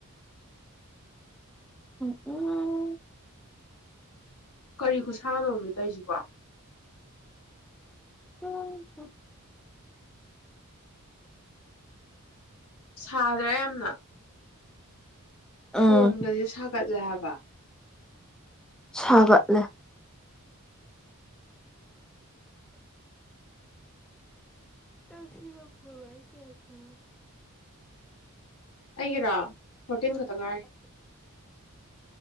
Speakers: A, in the centre; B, on the left.
A: ꯎ ꯎ
B: ꯀꯔꯤ ꯈꯨ ꯁꯥꯥꯅꯣꯅꯦ ꯇꯧꯁꯤꯕꯣ
A: ꯎꯝ
B: ꯁꯥꯗ꯭ꯔꯥ ꯌꯥꯝꯅ ꯐꯣꯟꯒ
A: ꯎꯝ
B: ꯁꯥꯒꯦꯠꯂꯦ ꯍꯥꯌꯕꯥ
A: ꯁꯒꯦꯠꯂꯦ
B: ꯑꯩꯒꯤꯔꯥ ꯐꯣꯇꯤꯟ ꯈꯛꯇꯥ ꯉꯥꯏꯔꯤ